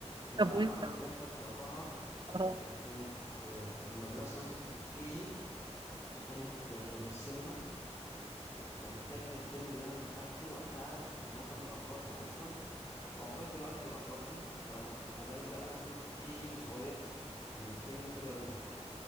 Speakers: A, on the left; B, on the right.
A: انا
B: طب
A: بقى
B: وانت
A: اغرب رحلة طلعتها
B: اه
A: آه، كانت آه، في المدرسة مثلا كنت في كيجي وكانت آه، للسينما كان فاكر الفيلم اللي انا دخلته وقتها ان هو كان ملخبطني اصلا هو لغايه دلوقتي بيلخبطني فما بالك بقى لما كنت في كي جي صغير كان الفيلم كده رضا